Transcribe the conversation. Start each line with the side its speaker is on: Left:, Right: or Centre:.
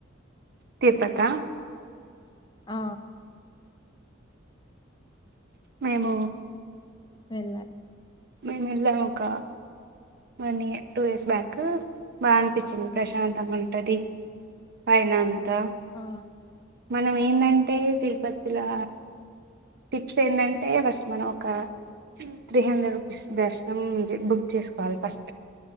Right: తిరుపతి హ
Left: ఆ
Right: మేము
Left: వెళ్ళా
Right: మేము వెళ్ళాం ఒక one year two years back బాగా అనిపించింది ప్రశాంతంగా ఉంటుంది అయనా అంత
Left: ఆ
Right: మన ఏంటంటే తిరుపతిలో ట్రిప్స్ ఏంటంటే ఫస్ట్ మనం ఒక త్రీ హండ్రెడ్ రూపీస్ దర్శనం మీరు బుక్ చేసుకో ల్ ఫస్ట్